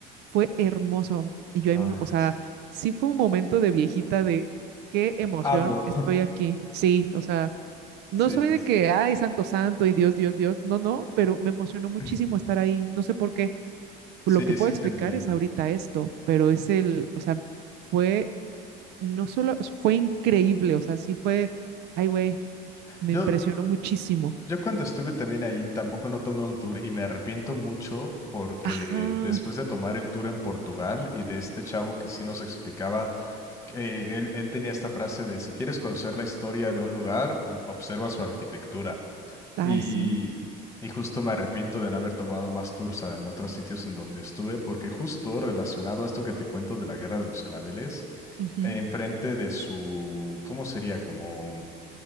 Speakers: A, on the right (about 70°); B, on the left (about 15°).
A: fue hermoso. Y yo, ahí
B: Ah,
A: me- o
B: yo
A: sea,
B: sí.
A: sí fue un momento de viejita de qué emoción
B: Amo.
A: estoy
B: <laughs>
A: aquí. Sí, o sea,
B: Sí,
A: no soy de
B: sí.
A: que, ay, santo, santo y Dios, Dios, Dios. No, no, pero me emocionó muchísimo
B: <clears throat>
A: estar ahí. No sé por qué.
B: Sí,
A: Lo que puedo
B: sí
A: explicar
B: te entiendo.
A: es ahorita esto, pero es el, o sea, fue, no solo, fue increíble, o sea, sí fue, ay, güey, me
B: Yo,
A: impresionó muchísimo.
B: Yo cuando estuve también ahí tampoco no tomé un tour y me arrepiento mucho porque
A: Ajá,
B: después de tomar el tour en Portugal y de este chavo que sí nos explicaba, que él, él tenía esta frase de si quieres conocer la historia de un lugar, m- observa su arquitectura.
A: ay,
B: Y,
A: sí.
B: y justo me arrepiento de no haber tomado más tours a- en otros sitios en donde estuve porque justo relacionado a esto que te cuento de la Guerra de los Claveles,
A: ujú.
B: enfrente de su, ¿cómo sería? Como